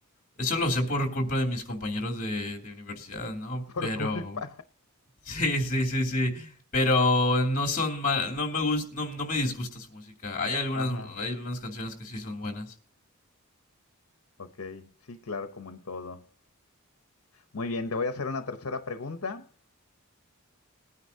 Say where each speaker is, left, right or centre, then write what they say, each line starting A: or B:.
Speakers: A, on the left; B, on the left.
A: eso lo sé por culpa de mis compañeros de, de universidad, ¿no?
B: por
A: Pero
B: culpa.
A: Sí, sí, sí, sí. Pero no son mal, no me gus- no, no me disgusta su música. Hay algunas,
B: <laughs> Ajá.
A: hay algunas canciones que sí son buenas.
B: Ok, sí, claro, como en todo. Muy bien, te voy a hacer una tercera pregunta.